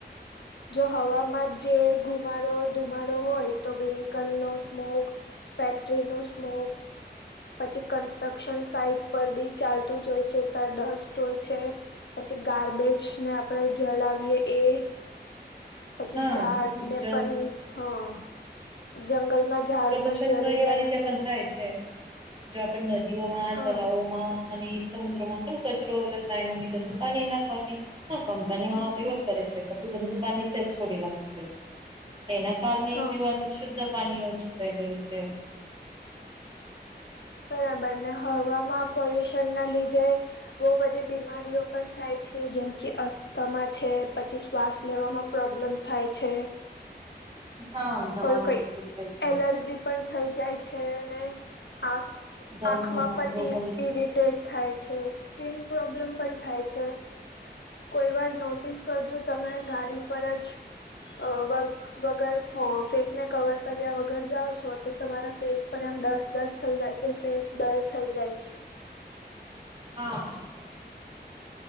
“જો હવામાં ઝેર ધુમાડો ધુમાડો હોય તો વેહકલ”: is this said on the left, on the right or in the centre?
Left